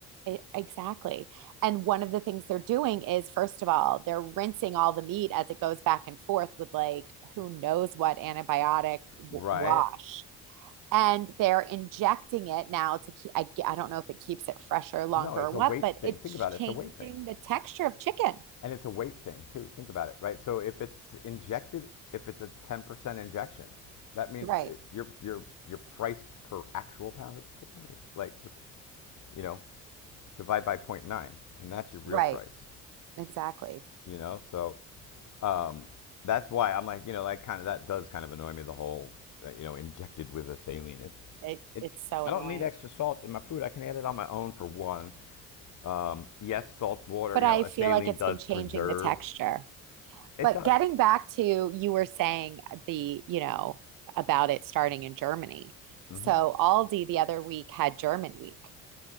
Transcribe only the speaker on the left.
Right?
No, it's
a
weight
thing.
Think about
it. It's a weight thing.
And it's a weight thing too. Think about it, right? So if it's injected, if it's a 10% injection, that means
it's your your your price per actual pound of chicken is like you know divide by zero point 0.9, and that's your real
price.
You know, so um, that's why I'm like, you know, like kind of that does kind of annoy me the whole, uh, you know, injected with a saline. It,
it's
I
don't need extra salt in my food. I can add it on my own for one. Um, yes, salt water,
you
know, a
saline
does
preserve.
It
does.
hmm